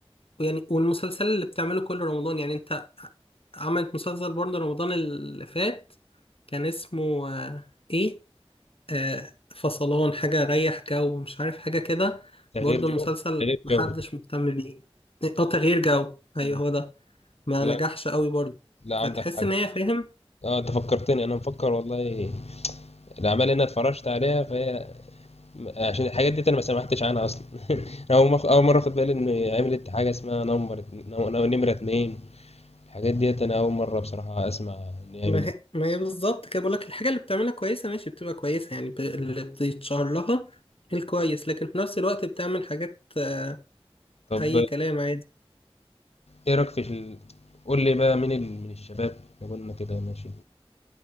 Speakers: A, on the left; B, on the left.
A: يعني والمسلسل اللي بتعمله كل رمضان يعني أنت عملت مسلسل برضه رمضان اللي فات كان اسمه آه، إيه؟ آه، فصلان حاجة ريح جو مش عارف حاجة كده
B: تغيير
A: برضو
B: جو
A: المسلسل
B: تغيير
A: محدش
B: جو
A: مهتم بيه اه تغيير جو ايوه
B: مم.
A: هو ده ما
B: لا
A: نجحش قوي برضو
B: لا
A: فتحس
B: عندك حاجة
A: ان هي فاهم
B: اه انت فكرتني انا مفكر والله الاعمال اللي انا اتفرجت عليها فهي عشان الحاجات دي انا ما سمعتش عنها اصلا انا اول مخ... اول مره اخد بالي ان عملت حاجه اسمها نمبر اتن- نو- نو- نمره اتنين الحاجات ديت انا اول مره بصراحه اسمع ان هي
A: ما
B: عملت
A: هي, ما هي بالظبط كده بقولك الحاجة اللي بتعملها كويسة ماشي بتبقى كويسة يعني ب... اللي بيتشهر لها الكويس لكن في نفس الوقت بتعمل حاجات آه،
B: طب
A: اي كلام عادي
B: ايه رايك في ال... قول لي بقى مين ال... من الشباب لو قلنا كده ماشي